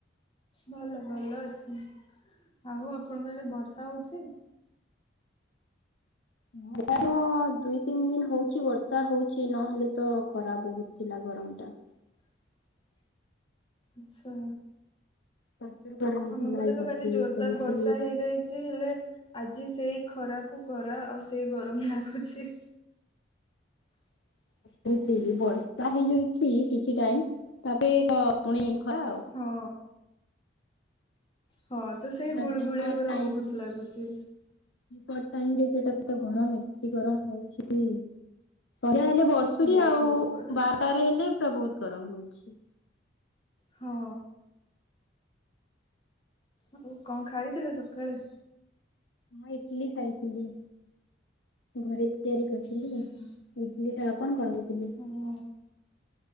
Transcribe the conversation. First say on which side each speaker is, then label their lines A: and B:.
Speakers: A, on the left; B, on the left.
A: ଭଲ ଭଲ ଅଛି ଆଉ ଆପଣଙ୍କର ଆଡେ ବର୍ଷା ହଉଚି?
B: <unintelligible> ହଁ ଦୁଇ ତିନି ଦିନ ହଉଚି ବର୍ଷା ହଉଚି ନହେଲେ ତ ଖରା ବହୁତ ଥିଲା ଗରମ ଟା।
A: <inaudible> ଆଚ୍ଛା।
B: ପ୍ରଚୁର ଗରମ
A: ଆମ
B: ଥିଲା
A: ପଟେ
B: ଏପଟେ
A: ତ କାଲି ଜୋରଦାର
B: ସେମିତି
A: ବର୍ଷା ହେଇଯାଇଚି ହେଲେ ଆଜି ସେଇ ଖରାକୁ ଖରା ଆଉ ସେଇ ଗରମ ଲାଗୁଚି। ହ <inaudible>
B: ଠିକ୍ ଠିକ୍ ବର୍ଷା ହେଇଯାଉଚି କିଛି ଟାଇମ ତାପରେ ତ ପୁଣି ଖରା ଆଉ
A: ହଁ ହଁ ତ ସେଇ
B: ଏଟା
A: ଗୁଳୁଗୁଳି
B: ଦି ପହର୍
A: ପୁରା
B: ଟାଇମ୍
A: ବହୁତ
B: <unintelligible>
A: ଲାଗୁଛି।
B: ପର୍ ଟାଇମ ରେ ସେଟା ଗରମ
A: ହଁ
B: ଏତେ ଗରମ ହଉଛି। ଯାହେଲେ ବର୍ଷୁଚି
A: ବହୁତ
B: ଆଉ
A: ପୁରା
B: ବାରଟାରେ ହେଲେ ପୁରା ବହୁତ ଗରମ ହଉଛି।
A: ହଁ। ଆଉ କଣ ଖାଇଥିଲେ ସକାଳେ?
B: ହଁ ଇଟଲି ଖାଇଥିଲି ଘରେ। ତିଆରି କରିଥିଲିି
A: ଆଚ୍ଛା
B: ଇଟିଲି ଟା ଆପଣ କରିଥିଲେ?
A: ହଉ।